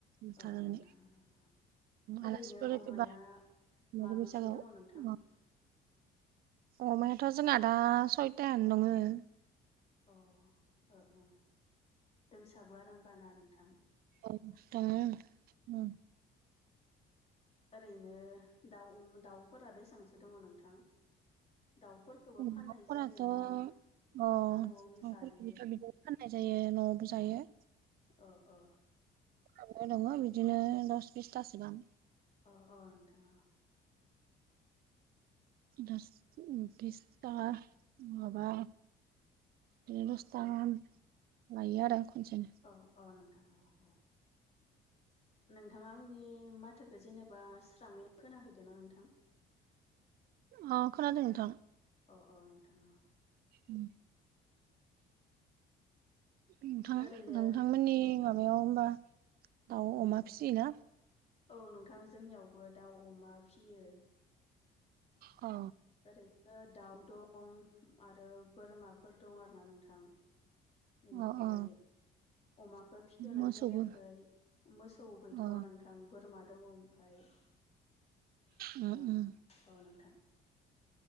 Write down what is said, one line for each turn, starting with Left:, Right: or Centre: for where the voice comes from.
Right: बुथारनानै
Left: अ नोंथां ओं ओं ओरैनो
Right: आलासिफोर
Left: अमाया
Right: फैबा मागो
Left: माबैसे
Right: बैसागोआव
Left: दङ नोंथां
Right: अमायाथ' जोंङा दा सयथायानो दङ
Left: अ ओ ओ दोंसाबो आरो होमबा ना नोंथां
Right: औ दोंङो ओं
Left: ओरैनो दाउ दाउफोरा बेसेबांसो दङ नोंथां दाउफोर खौबो फाननाय
Right: न'फोराथ'
Left: जायोना
Right: अ नफोरखौबोथ'
Left: ना न'आवनो जायो
Right: बिदि फाननाय जायो न'आवबो जायो
Left: ओ ओ
Right: हाब्राया दङो बिदिनो दस बिसथासोबां
Left: अ अ नोंथाङा अ
Right: द बिस्ता माबा बिनो दसथा
Left: अ
Right: गाहाम लायो आरो खनसेनो
Left: अ अ नोंथां औ औ नोंथाङा आंनि माथोखौ जेनेबा स्राङै खोनाहैदों ना नोंथां
Right: अ खोनादों नोंथां
Left: अ अ नोंथां औ
Right: उम नोंथां
Left: ओरैनो
Right: नोंथांमोननि माब बायाव होमबा दाउ
Left: औ
Right: अमा
Left: औ
Right: फिसियोना?
Left: औ नोंथां जोंनियावबो दाउ, अमा फिसियो
Right: अ
Left: ओरैनो दाउ दं आरो बोरमाफोर दं आरोना नोंथां बेनिफ्राय
Right: अ अ
Left: अमाखो फिथनाय
Right: मोसौबो
Left: जायाखै मोसौ गैथ'आ
Right: अ
Left: नोंथा थां बोरमा दङ ओमफ्राय औ
Right: उम
Left: औ
Right: उम
Left: नोंथां